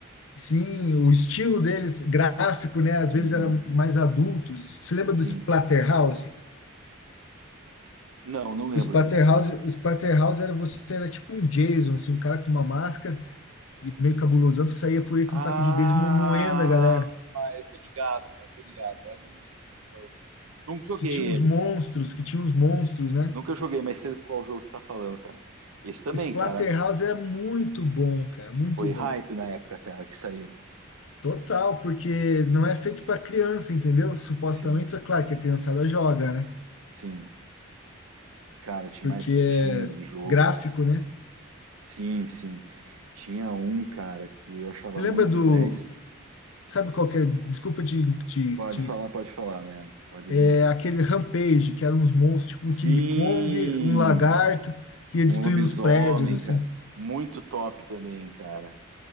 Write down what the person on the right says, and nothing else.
Uhum,
sim.
Não, não lembro
desse.
Ah,
eu tô ligado, cara, tô ligado. Agora me, me toquei qual é o jogo. Nunca joguei
ele.
Nunca joguei, mas sei qual jogo que você tá falando, cara. Esse também,
cara,
foi
hype na época, cara, que saiu.
Sim,
sim. Cara, tinha
mais que
tinha de jogo,
cara.
Sim, sim. Tinha um, cara, que eu achava
muito
dez
Pode
falar, pode falar, né? Pode
dizer.
Sim,
um
lobisomem,
cara. Muito top também, cara.